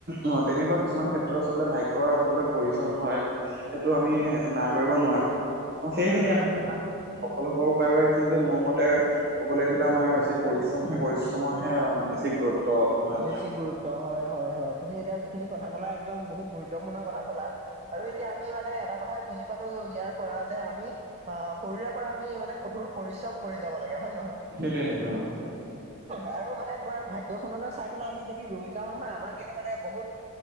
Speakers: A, on the right (about 45°); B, on the right (about 30°).
A: অঁ, তেনেকুৱা কিছুমান ক্ষেত্ৰত আচলতে ভাগ্যৰ আচলতে প্ৰয়োজন হয়। সেইটো আমি ন নাই কৰিব
B: হয়
A: নোৱাৰো, অ সেইখিনি
B: না কৰিব
A: আৰু
B: নোৱাৰো
A: সফল হব বাবে কিন্তু মোৰ মতে ক'বলৈ গ'লে আমাৰ যি পৰিশ্ৰম হে পৰিশ্ৰমৰ হে বেছি গুৰুত্ব। আহ,
B: বেছি
A: থাকে
B: গুৰুত্ব হয় হয় হয়, তুমি এতিয়া যিখিনি কথা কলা একদম বহুত গুৰুত্বপূৰ্ণ কথা কলা।
A: হয়
B: আৰু এতিয়া
A: হয়
B: আমি মানে এটা কথাই বুজি পালো, ইয়াৰ পৰা যে আমি অঁ, শৰীৰে পৰা আমি মানে কঠোৰ পৰিশ্ৰম কৰি যাব লাগে হয় নহয়?
A: সেইটোৱে সেইটোৱে অঁ
B: আৰু মানে তোমাৰ ভাগ্য খলৈ চাই পেলাই আমি যদি ৰৈ যাওঁ নহয়, আমাৰ কিন্তু মানে বহুত